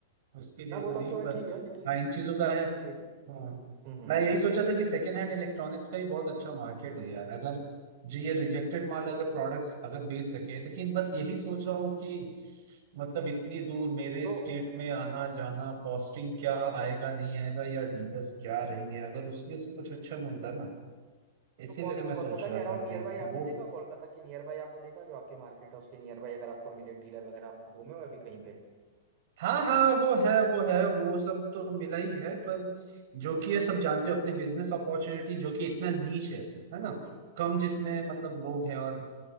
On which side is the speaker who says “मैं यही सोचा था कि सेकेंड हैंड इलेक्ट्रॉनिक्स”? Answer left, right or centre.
Right